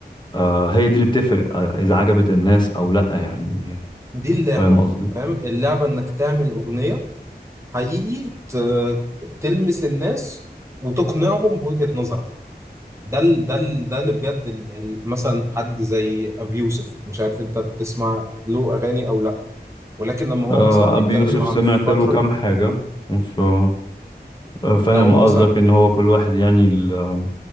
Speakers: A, on the left; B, on the right.
A: آه هي دي اللي بتفرق آه إذا عجبت الناس أو لأ يعني
B: دي اللعبة
A: فاهم قصدي
B: فاهم اللعبة انك تعمل اغنية حقيقي ت- تلمس الناس وتقنعهم بوجهة نظرك ده ال ده ال ده اللي بجد ال ال مثلا حد زي ابي يوسف مش عارف انت بتسمع له اغاني او لا ولكن لما هو
A: آه
B: مثلا بيتكلم
A: أبي يوسف
B: عن
A: سمعت
B: فترة
A: له كام حاجة ف- آه، آه، فاهم
B: لو هو
A: قصدك
B: مثلا
A: إن هو كل واحد يعني ال... آه،